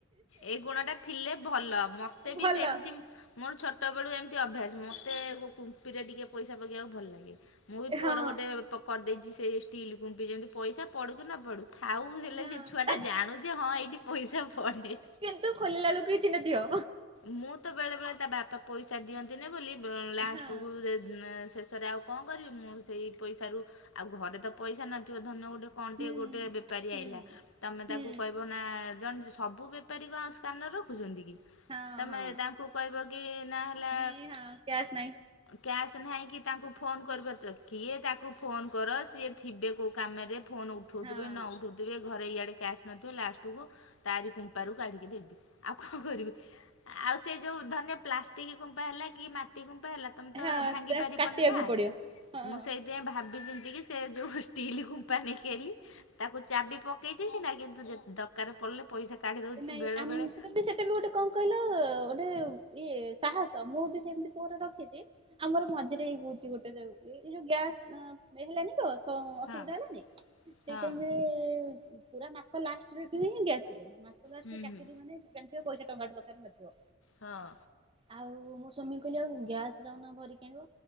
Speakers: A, on the left; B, on the right.
A: ଏଇ ଗୁଣ ଟା ଥିଲେ ଭଲ ମତେ ବି
B: ଭଲ।
A: ସେମତି ମୋର ଛୋଟ ବେଳୁ ଏମିତି ଅଭ୍ୟାସ ମତେ କୁମ୍ପିରେ ଟିକେ ପଇସା ପକେଇବାକୁ ଭଲ ଲାଗେ ମୁଁ ବି ପୁଅର
B: ହଁ
A: ଗୋଟେ କରିଦେଇଛି ସେ ଷ୍ଟିଲ୍ କୁମ୍ପି ଯେମିତି ପଇସା ପଡୁକି ନ ପଡୁ ଥାଉ ହେଲେ
B: ହଁ
A: ସେ ଛୁଆଟା ଜାଣୁ ଯେ ହଁ ଏଇଠି ପଇସା ପଡ଼େ।
B: କିନ୍ତୁ ଖୋଲୀଳା ବେଳକୁ କିଛି ନଥିବ।
A: ମୁଁ ତ ବେଳେ ବେଳେ ତା ବାପା ପଇସା ଦିଅନ୍ତିନି ବୋଲି ଲାଷ୍ଟକୁ
B: ହଁ
A: ଏ ଶେଷରେ ଆଉ କଣ କରିବି ମୁଁ ସେଇ ପଇସାରୁ ଆଉ ଘରେ ତ ପଇସା ନଥିବ ଧନ ଗୋଟେ ଏ କଣ
B: ହୁଁ
A: ଟିକେ ଗୋଟେ ବେପାରୀ
B: ହୁଁ।
A: ଆଇିଲା ତମେ
B: ହୁଁ
A: ତାକୁ କହିବ ନା ଜଣେ ସବୁ ବେପାରୀ କ ଆ ସ୍କାନର ରଖୁଛନ୍ତି କି
B: ହଁ
A: ତମେ
B: ହଁ
A: ତାଙ୍କୁ କହିବ କି ନାଁ ହେଲା
B: ନାଇଁ ହଁ କ୍ୟାସ୍ ନାଇଁ
A: କ୍ୟାସ୍ ନାହିଁ କି ତାଙ୍କୁ ଫୋନ କର ତ କିଏ ତାକୁ ଫୋନ କର ସିଏଥିବେ କୋଉ କାମରେ ଫୋନ ଉଠୋଉ
B: ହଁ।
A: ଥିବେ ନ ଉଠୋଉ ଥିବେ ଘରେ ଇଆଡ଼େ କ୍ୟାସ୍ ନଥିବ ଲାଷ୍ଟକୁ ତାରି କୁମ୍ପାରୁ କାଢ଼ିକି ଦେବି ଆଉ କଣ କରିବି। ଆଉ ସେ ଯୋଉ ଧନିୟ ପ୍ଲାଷ୍ଟିକ୍ କୁମ୍ପା ହେଲା କି ମାଟି କୁମ୍ପା ହେଲା ତମେ ତ
B: ହଁ
A: ଭାଙ୍ଗି
B: ତା
A: ପାରିବନି
B: କାଟିବାକୁ
A: ନା
B: ପଡିବ ହଁ
A: ମୁଁ ସେଇଥିପାଇଁ ଭାବି ଚି ଏତିକି ସେ ଯେଉଁ ଷ୍ଟିଲ୍ କମ୍ପା ନେଇକି ଆଇଲି ତାକୁ ଚାବି ପକେଇଛି ସିନା କିନ୍ତୁ ଯେତେ ଦରକାର ପଡ଼ିଲେ ପଇସା କାଢ଼ି ଦଉଛି
B: ନାଇଁ
A: ବେଳେ
B: ଆମ
A: ବେଳେ
B: ସେଟା ସେଟା ବି ଗୋଟେ କଣ କହିଲ ଗୋଟେ ଇଏ ସାହସ ମୁଁ ବି ସେମିତି ପୁଅ ରଖିଛି ଆମର ମଝିରେ ହେଇ ହହୁଛି ଗୋଟେ ଯୋ ଏଇ ଯୋଉ ଗ୍ୟାସ ହେଇ ଗଲାଣି ତ ଅସୁବିଧା
A: ହଁ
B: ହେଲାନି ସେଇ
A: ହଁ
B: ଟାଇମରେ ପୁରା ମାସ ଲାଷ୍ଟେ ରେ କିଣା ହେଲା ଗ୍ୟାସ ମାସ ଲଷ୍ଟ
A: ହୁଁ
B: ରେ ଚାକିର
A: ହୁଁ
B: ମାନେ ଜଣିଥିବା ପଇସା ଟଙ୍କା ଟେ ପାଖରେ ନଥିବ
A: ହଁ
B: ଆଉ ମୋର ସ୍ୱାମୀ କହିଲି ଆଉ ଗ୍ୟାସ ଯାଉନ ଭରିକି ଆଣିବ